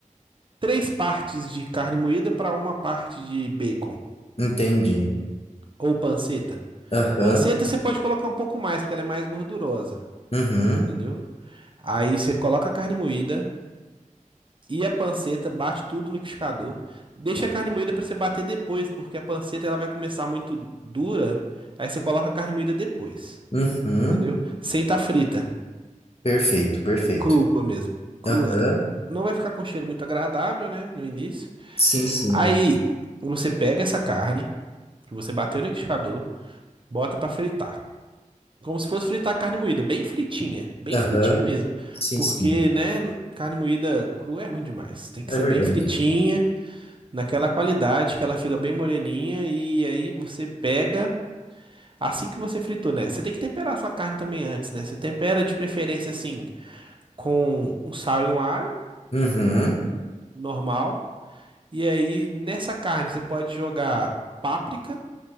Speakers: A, on the right; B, on the left.
A: três partes de carne moída para uma parte de bacon.
B: Entendi.
A: Ou panceta.
B: Aham,
A: Panceta você pode colocar um pouco mais, porque ela é mais gordurosa,
B: uhum.
A: entendeu? Aí você coloca a carne moída e a panceta, bate tudo no liquidificador. Deixa a carne moída para você bater depois, porque a panceta ela vai começar muito dura. Aí você coloca a carne moída depois,
B: Uhum.
A: entendeu? Sem estar frita,
B: Perfeito, perfeito.
A: crua mesmo, crua.
B: Aham,
A: Não vai ficar com cheiro muito agradável, né, no início.
B: Sim, sim.
A: Aí você pega essa carne que você bateu no liquidificador, bota para fritar. Como se fosse fritar carne moída, bem fritinha, bem
B: Aham,
A: fritinha mesmo.
B: Sim,
A: Porque,
B: sim.
A: né, carne moída crua é ruim demais. Tem que
B: É
A: ser
B: verdade.
A: bem fritinha, naquela qualidade que ela fica bem moreninha e aí você pega assim que você fritou, né? Você tem que temperar a sua carne também antes, né? Você tempera de preferência assim com um sal e um alho
B: Uhum.
A: normal. E aí nessa carne você pode jogar páprica